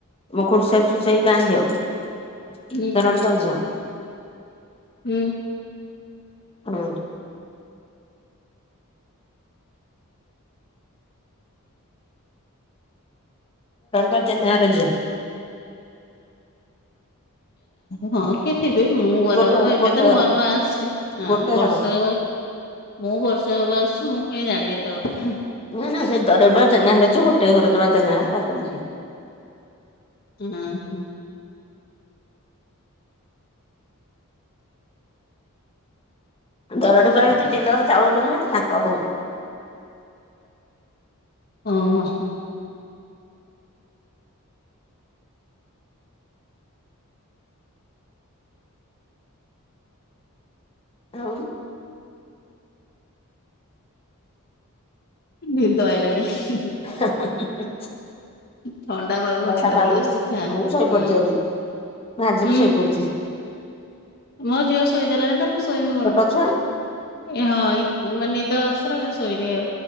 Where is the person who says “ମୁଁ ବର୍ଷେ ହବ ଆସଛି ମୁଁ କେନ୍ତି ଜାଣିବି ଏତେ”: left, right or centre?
Left